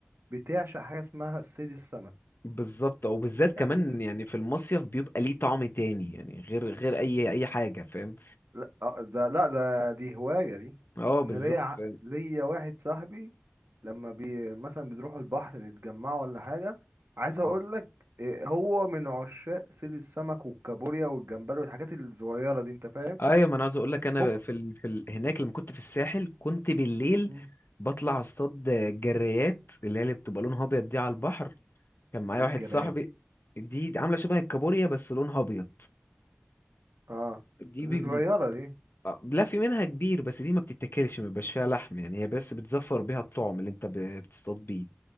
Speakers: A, on the right; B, on the left.
A: بتعشق حاجة اسمها الصيد السمك
B: بالظبط او بالذات
A: يعني
B: كمان يعني في المصيف بيبقى ليه طعم تاني يعني غير غير اي اي حاجة فاهم
A: لا آه، ده لا ده دي هواية دي
B: اه بالظبط
A: ان ليا ع-
B: فاهم
A: ليا واحد صاحبي لما بي مثلا بنروحوا البحر نتجمعوا ولا حاجة عايز
B: اه
A: اقول لك إيه، هو من عشاق صيد السمك والكابوريا والجمبري والحاجات الصغيرة دي انت فاهم
B: ايوه ما انا عاوز اقول لك انا
A: ممكن
B: بقى في ال... في ال... هناك لما كنت في الساحل كنت بالليل
A: مم.
B: بطلع اصطاد جريات اللي هي اللي بتبقى لونها ابيض دي على البحر كان معايا
A: ايه
B: واحد
A: الجرايات
B: صاحبي
A: دي؟
B: دي عامله شبه الكابوريا بس لونها ابيض
A: اه
B: دي بي...
A: دي صغيرة دي
B: آه، لا في منها كبير بس دي ما بتتاكلش ما بيبقاش فيها لحم يعني هي بس بتزفر بيها الطعم اللي انت ب... بتصطاد بيه